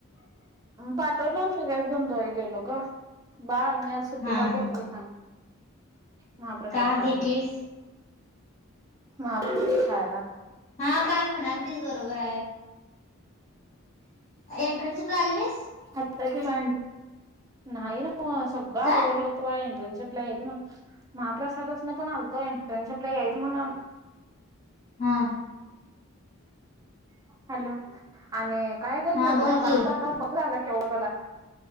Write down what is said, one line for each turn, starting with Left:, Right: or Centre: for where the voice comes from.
Right: पाठवलं आणि लगेच धुणं <unintelligible> गेलो. गं बाळने आज सुट्टी
Left: हा
Right: काय घेतली
Left: हा
Right: ते सांग? महाप्रसाद
Left: का
Right: खायला
Left: घेतलीस?
Right: महाप्रसाद खायला.
Left: हा काल म्हणालतीस बरोबर आहे. एंट्रन्सशिप ला आलेलीस?
Right: आताची भांडी नाही ना गं सगळा
Left: काय?
Right: आवरलं. तो बाय एंट्रन्स शिपला यायचं म्हणून महाप्रसादासनं पण आलतो एन्ट्रन्सशिपला यायचं म्हणून
Left: हा.
Right: हॅलो आणि काय गं
Left: हा
Right: गिरणं.
Left: बोल की
Right: <unintelligible> <unintelligible> झाला क्यो बला